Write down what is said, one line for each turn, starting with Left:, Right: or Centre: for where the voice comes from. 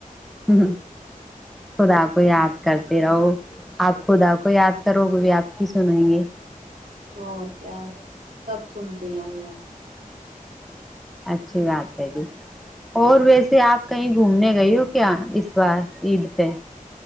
Centre: ہ خدا کو یاد کرتے رہو آپ خدا کو یاد کرو گے بھی آپ کی سنیں گے
Right: اور کیا سب سنتے ہیں اللہ
Centre: اچھی بات ہے جی اور ویسے آپ کہیں گھومنے گئی ہو کیا اس بار عید پہ